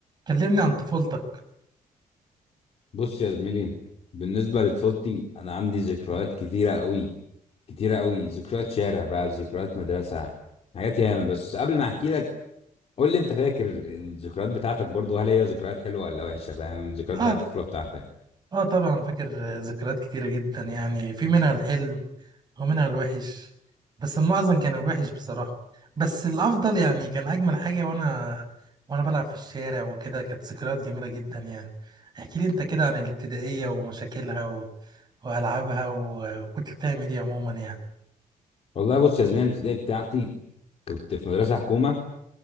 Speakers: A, on the right; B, on the left.
A: كلمني عن طفولتك
B: بص يا زميلي بالنسبة لطفولتي أنا عندي ذكريات كتيرة أوي كتيرة أوي ذكريات شارع بقى ذكريات مدرسة حاجات ياما بس قبل ما أحكي لك قول لي أنت فاكر الذكريات بتاعتك برضو هل هي ذكريات حلوة ولا وحشة فاهم الذكريات
A: اه
B: بتاعت الطفولة بتاعتك
A: اه طبعا فاكر آه، ذكريات كتيرة جدا يعني في منها الحلو ومنها الوحش بس المعظم كان الوحش بصراحة بس الأفضل يعني كان أجمل حاجة وأنا وأنا بلعب في الشارع وكده كانت ذكريات جميلة جدا يعني احكي لي أنت كده عن الابتدائية ومشاكلها و... وألعابها و... وكنت بتعمل إيه عموما يعني
B: والله بص يا زميلي الابتدائي بتاعتي كنت في مدرسة حكومة